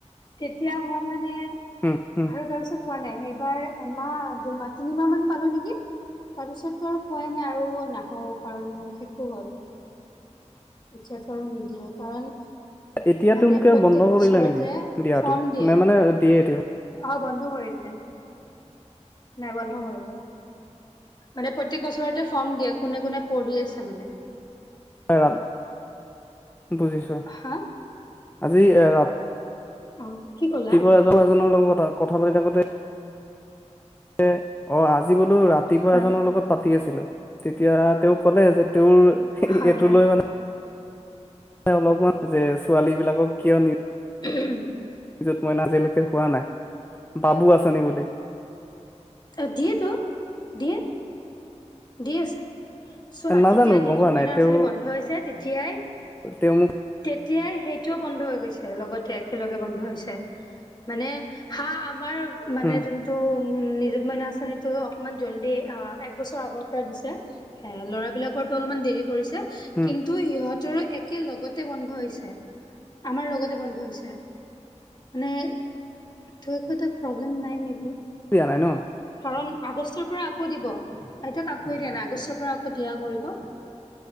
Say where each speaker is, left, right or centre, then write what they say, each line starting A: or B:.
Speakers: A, on the left; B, on the left.
A: তেতিয়া মই মানে
B: উম উম
A: আৰু তাৰপিছত হোৱা নাই। সেই এইবাৰ এমাহ, দুমাহ, তিনিমাহ মান পালোঁ নেকি? তাৰপিছত আৰু পোৱাই নাই। আৰু নাপাও কাৰণ মোৰ শেষো হ'ল। ইচ্ছাটো আৰু নিদিয়ে, কাৰণ
B: এতিয়া
A: মানে
B: তেওঁলোকে
A: প্ৰত্যয়েক
B: বন্ধ কৰিলে
A: বছৰতে
B: নেকি দিয়াটো
A: ফৰ্ম দিয়ে।
B: নে মানে দিয়ে এতিয়া
A: অ', বন্ধ কৰি দিলে। নাই, বন্ধ কৰিলে। মানে প্ৰ প্ৰত্যেক বছৰতে ফৰ্ম দিয়ে, কোনে কোনে পঢ়ি আছে মানে।
B: <unintelligible> বুজিছোঁ।‌
A: হা
B: আজি এ, ৰা,
A: অ'। কি ক'লা?
B: ৰাতিপুৱা এজক এজনৰ লগত কথা পাতি থাকোঁতে অ', আজি বোলো, ৰাতিপুৱা
A: হয়
B: এজনৰ লগত পাতি আছিলোঁ। তেতিয়া, তেওঁ ক'লে যে, তেওঁৰ সেই,
A: হয়
B: এইটো
A: হয়
B: লৈ মানে, অলপমান যে, ছোৱালী বিলাকক কিয় নি
A: উম
B: য'ত <unintelligible> আজিলৈকে হোৱা নাই, বাবু আঁচনি বুলি।
A: <unintelligible> দিয়েটো। দিয়ে। দি আছে। চোৱা
B: নাজানো
A: যেতিয়া নিযুত
B: গম পোৱা
A: মইনা
B: নাই তেওঁ
A: আঁচনি বন্ধ হৈছে, তেতিয়াই
B: তেওঁ মোক
A: এতিয়াই সেইটোও বন্ধ হৈ গৈছে। লগতে একেলগে বন্ধ হৈছে। মানে হাঁ, আমাৰ মানে
B: উম
A: যোনটো উম, নিযুত মইনা আঁচনিটো অকনমান জল্দি, আ, এক বছৰ আগৰ <unintelligible> দিছে। এ, ল'ৰাবিলকৰটো অলপমান দেৰি কৰিছে।
B: হম
A: কিন্তু সিহঁতৰ এক খেই লগতে বন্ধ হৈছে। আমাৰ লগতে বন্ধ হৈছে। মানে তোৰ ক প্ৰব্লেম নাই মে
B: িয় নাই ন
A: কাৰণ আগষ্টৰ পৰা আকৌ দিব এতাক আক দিয়া নাই আগষ্টৰ পৰা আকৌ দিয়া কৰিব